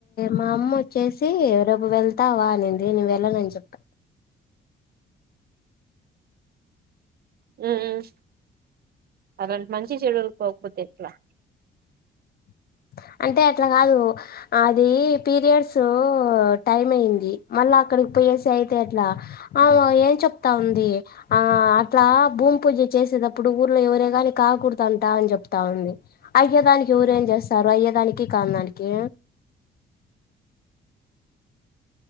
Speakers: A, on the left; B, on the right.
A: మా అమ్మ వోచ్చేసి రైపు వెళ్తావా అనిం ది వెళ్ళనన్ చెప్ప
B: మ్ అలాంటి మంచి చెడులక్ పోక్పోతే ఎట్లా
A: ప్తయ అంటే అట్ల కాదు అది పిరియడ్సూ టైంమైయింది. మళ్ళ అక్కడ పీరియడ్ అయితే ఎట్లా ఆమా ఏం చెప్తా ఉంది ఆ అట్లా భూమ్ పూజ చేసే టప్పుడు ఊర్లో ఎవరే గాని కాకూడ్దంటా అని చెప్తా ఉంది. అయ్యేదానికి దానికి ఎవరేం చేస్ స్తారు అయ్యేదానికి కాన్దానికి